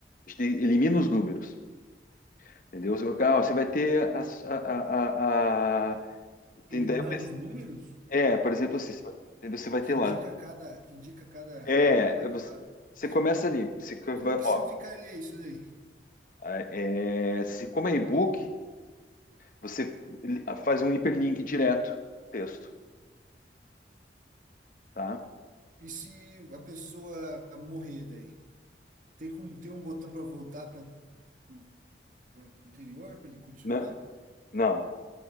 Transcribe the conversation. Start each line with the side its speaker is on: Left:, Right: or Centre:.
Left: a gente elimina os números, entendeu? Ah, Você vai ter as- a, a, a, a-
Right: Eliminar
Left: tem daí-
Right: os números?
Left: é, por exemplo, assim, entendeu? Você vai ter
Right: que indica
Left: lá,
Right: cada, que indica cada,
Left: é,
Right: cada
Left: é você,
Right: para-
Left: você
Right: Mas
Left: começa ali, você co-
Right: como
Left: vai,
Right: que
Left: ó,
Right: se ficaria isso daí?
Left: é, se como é e-book, você faz um hiperlink direto pro texto, tá?
Right: E se a pessoa morrer daí? Tem como tem um botão para voltar para o anterior para ele continuar?
Left: Não, não.